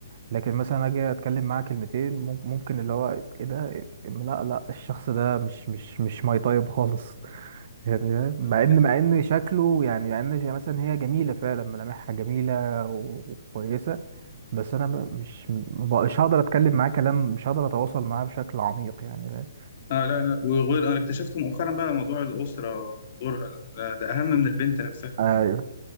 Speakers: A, on the right; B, on the left.
A: لكن مثلا اجي اتكلم معاه كلمتين مم- ممكن اللي هو ايه ده لا لا الشخص ده مش مش مش ماي طيب خالص <laughs> يعني مع
B: لا لا،
A: ان
B: دي حقيقة
A: مع ان شكله يعني مع ان شي- مثلا هي جميله فعلا ملامحها جميله و- وكويسه بس انا م- مش م- مش هقدر اتكلم معاه كلام مش هقدر اتواصل معاه بشكل عميق يعني فاهم؟
B: اه لا لا وغير انا اكتشفت مؤخرا بقى موضوع الاسره ودورها ده, ده اهم من البنت نفسها
A: ايوه